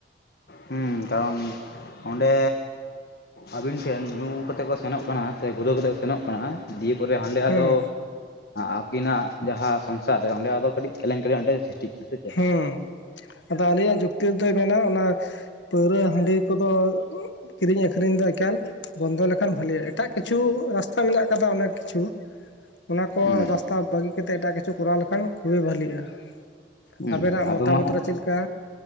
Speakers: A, on the left; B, on the left.
A: ᱦᱩᱸ ᱠᱟᱨᱚᱱ ᱚᱸᱰᱮ ᱟᱹᱵᱤᱱ ᱴᱷᱮᱱ ᱧᱩ ᱠᱟᱛᱮᱫ ᱠᱚ ᱥᱮᱱᱚᱜ ᱠᱟᱱᱟ ᱥᱮ ᱜᱷᱩᱨᱟᱹᱣ ᱠᱟᱛᱮᱫ ᱠᱚ ᱥᱮᱱᱚᱜ ᱠᱟᱱᱟ ᱾ ᱫᱤᱭᱮ ᱯᱚᱨᱮ ᱦᱟᱸᱰᱮ ᱟᱫᱚ
B: ᱦᱩᱸ
A: ᱟᱹᱠᱤᱱᱟᱜ ᱡᱟᱸᱦᱟ ᱥᱚᱝᱥᱟᱨ ᱨᱮ, ᱚᱸᱰᱮ ᱟᱫ ᱠᱟᱹᱴᱤᱡ ᱠᱮᱞᱮᱝᱠᱟᱨᱤ ᱥᱨᱤᱥᱴᱤᱜ ᱠᱟᱱᱟ ᱾
B: ᱦᱮᱸ ᱟᱫᱚ, ᱟᱞᱤᱧᱟᱜ ᱡᱩᱠᱛᱤ ᱫᱚᱭ ᱢᱮᱱᱟ, ᱚᱱᱟ ᱯᱟᱹᱣᱨᱟᱹ ᱦᱟᱺᱰᱤ ᱠᱚᱫᱚ, ᱠᱤᱨᱤᱧ ᱟᱠᱠᱷᱨᱤᱧ ᱫᱚ ᱮᱠᱟᱞ ᱵᱚᱱᱫᱚ ᱞᱮᱠᱷᱟᱱ ᱵᱷᱟᱞᱤᱜ-ᱟ ᱾ ᱮᱴᱟᱜ ᱠᱤᱪᱷᱩ ᱨᱟᱥᱛᱟ ᱢᱮᱱᱟᱜ ᱟᱠᱟᱫᱟ ᱾ ᱚᱱᱮᱠ ᱠᱤᱪᱷᱩ ᱚᱱᱟᱠᱚ
A: ᱦᱩᱸ
B: ᱨᱟᱥᱛᱟ ᱛᱟ ᱵᱟᱹᱜᱤ ᱠᱟᱛᱮ, ᱮᱴᱟᱜ ᱠᱤᱪᱷᱩ ᱠᱚᱨᱟᱣ ᱞᱮᱠᱷᱟᱱ ᱠᱷᱩᱵᱮ ᱵᱷᱟᱞᱤᱜᱼᱟ ᱾
A: ᱦᱩᱸ
B: ᱟᱵᱮᱱᱟᱜ ᱢᱚᱛᱟᱢᱚᱛ
A: ᱟᱫᱚ ᱢᱟ
B: ᱨᱮ ᱪᱮᱫ ᱞᱮᱠᱟ?